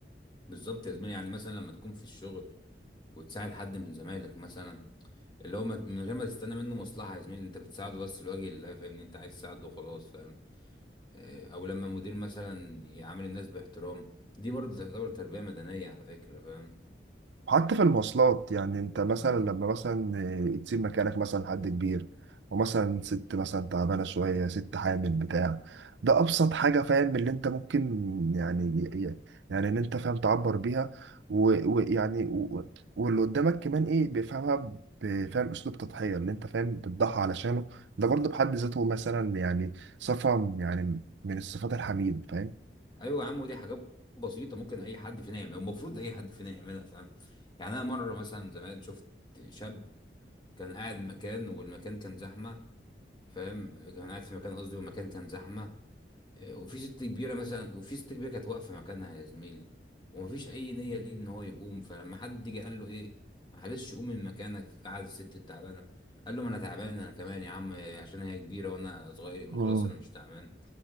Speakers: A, on the left; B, on the right.
A: بالظبط يا زميلي يعني مثلا لما تكون في الشغل وتساعد حد من زمايلك مثلا اللي هو ما- من غير ما تستنى منه مصلحة يا زميلي انت بتساعده بس لوجه الله فاهمني انت عايز تساعده وخلاص فاهم آه، او لما مدير مثلا يعامل الناس باحترام دي برضه تعتبر تربية مدنية على فكرة
B: حتى في المواصلات يعني انت مثلا
A: فاهم
B: لما مثلا آه، تسيب مكانك مثلا حد كبير ومثلا ست مثلا تعبانة شوية ست حامل بتاع ده أبسط حاجة فاهم اللي انت ممكن يعني يعني ان انت فاهم تعبر بيها و- ويعني و- واللي قدامك كمان ايه بيفهمها بفهم اسلوب تضحية اللي انت فاهم بتضحي علشانه ده برضه بحد ذاته مثلا يعني صفة يعني من الصفات الحميدة فاهم
A: ايوه يا عم ودي حاجات بسيطه ممكن اي حد فينا يعملها المفروض اي حد فينا يعملها فاهم يعني انا مره مثلا زمان شفت شاب كان قاعد مكان والمكان كان زحمه فاهم كان قاعد في مكان قصدي والمكان كان زحمه آه، وفي ست كبيره مثلا وفي ست كبيره كانت واقفه مكانها يا زميلي ومفيش اي نيه ليه ان هو يقوم فلما حد جه قال له ايه معلش قوم من مكانك قعد الست التعبانه قال له ما انا تعبان انا كمان يا عم عشان هي كبيره وانا صغير يبقى
B: مم.
A: خلاص انا مش تعبان